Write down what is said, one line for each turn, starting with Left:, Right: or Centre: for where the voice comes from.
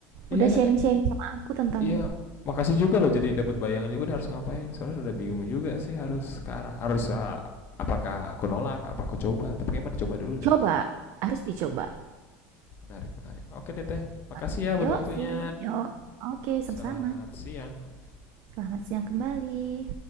Left: Iya
Right: Udah
Left: deh,
Right: sharing sharing sama aku tentang
Left: iya. Makasih juga loh jadi dapat bayangan juga nih harus ngapain. Soalnya udah bingung juga sih harus ke arah harus uh, apakah aku nolak, apa aku coba. Tapi kayaknya mending coba dulu deh.
Right: coba harus dicoba.
Left: Menarik, menarik. Oke deh teh. Makasih
Right: Oke,
Left: ya buat
Right: yuk
Left: waktunya.
Right: see you yuk. Oke, sama-sama.
Left: Selamat siang.
Right: Selamat siang kembali.